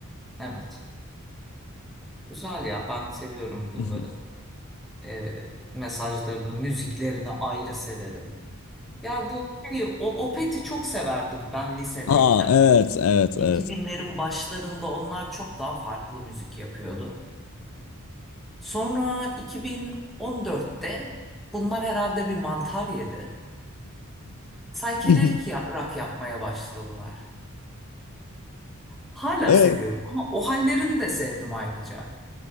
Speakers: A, in the centre; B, on the left.
A: Evet. Güzel ya. Ben seviyorum bunları.
B: <laughs>
A: Ee, mesajlarını, müziklerini ayrı severim. Ya bu şey, o Opet'i çok severdim ben lisedeyken.
B: Aa evet evet
A: 2000'lerin
B: evet.
A: başlarında onlar çok daha farklı müzik yapıyordu. Sonra 2014'te bunlar herhalde bir mantar yedi. Saykedelik
B: <laughs> <laughs>
A: ya- rock yapmaya başladılar. Hala
B: Evet
A: seviyorum ama o hallerini de sevdim ayrıca.